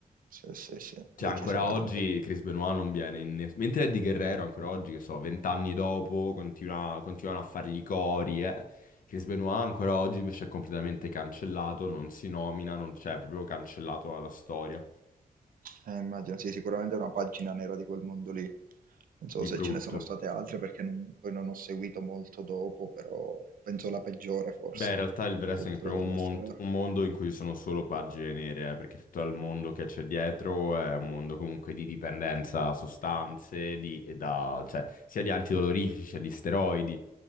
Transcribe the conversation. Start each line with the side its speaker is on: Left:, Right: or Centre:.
Right: Sì, sì, sì, decisamente.
Left: Cioè, ancora oggi Chris Benoit non viene in... ness- Mentre Eddie Guerrero, ancora oggi, che so, vent'anni dopo, continua- continuano a fargli i cori, eh. Chris Benoit ancora oggi invece è completamente cancellato, non si nomina, non c'è, è proprio cancellato dalla storia.
Right: Eh, immagino, sì, sicuramente è una pagina nera di quel mondo lì. Non so
Left: Di
Right: se
Left: brutto.
Right: ce ne sono state altre perché non- poi non ho seguito molto dopo, però penso la peggiore forse,
Left: Beh, in realtà il wrestling
Right: addirittura
Left: è proprio
Right: della
Left: un, mont-
Right: storia.
Left: un mondo in cui ci sono solo pagine nere, eh, perché tutto il mondo che c'è dietro è un mondo comunque di dipendenza a sostanze, di, e da- cioè, sia di antidolorifici, sia di steroidi.